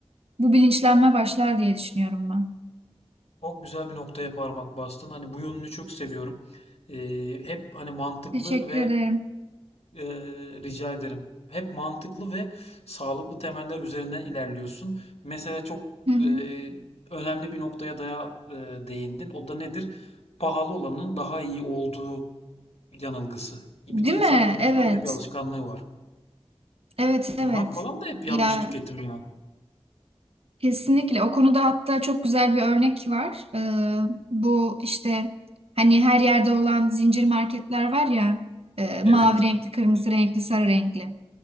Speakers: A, on the right; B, on the left.
A: bu bilinçlenme başlar diye düşünüyorum ben.
B: Çok güzel bir noktaya parmak bastın. Hani bu yönünü çok seviyorum. Ee, hep hani mantıklı
A: Teşekkür
B: ve
A: ederim.
B: e, rica ederim. Hep mantıklı ve sağlıklı temeller üzerinden ilerliyorsun. Mesela çok
A: Hı hı.
B: e, önemli bir noktaya daya e, değindin. O da nedir? Pahalı olanın daha iyi olduğu yanılgısı. Bir
A: Değil
B: de insanlarımızın
A: mi? Evet.
B: öyle bir alışkanlığı var.
A: Evet,
B: Bunlar
A: evet.
B: falan da hep yanlış
A: Ya
B: tüketim yani.
A: Kesinlikle o konuda hatta çok güzel bir örnek var. Ee, bu işte hani her yerde olan zincir marketler var ya e,
B: Evet.
A: mavi renkli, kırmızı renkli, sarı renkli.